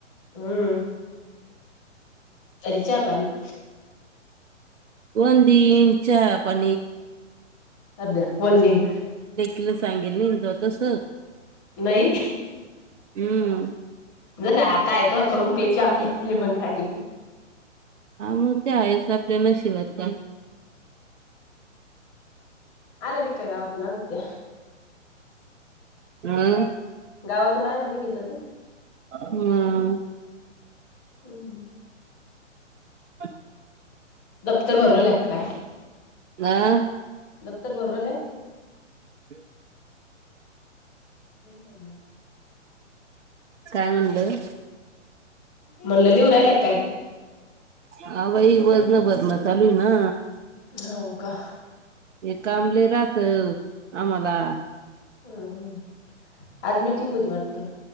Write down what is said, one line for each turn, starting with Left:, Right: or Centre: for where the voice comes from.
Left: हम्म चलचा पानी
Right: कोंदच्या प
Left: अध्या वंदन
Right: त सांगेल नाही त तस
Left: नाही
Right: हम्म
Left: जस आता आहे तर करून प्यायजे आपली आपली मग काही
Right: हा मग ते आहेस आपल्या न शिवटचा
Left: आले निकै आतूनगत
Right: हम
Left: गावातून आले ना घेत ते
Right: हम्म
Left: हम्
Right: ह
Left: दफ्तर भरवला काय
Right: आह
Left: दफ्तर बररले
Right: हम
Left: बन ना
Right: काय म्हणलं
Left: म्हणलंली उरायला लागत
Right: हा भई वजनभदन चालू आहे ना
Left: हो का
Right: हे काबले राहत आम्हाला
Left: हम हम् आज मिीटिंग होती वाटत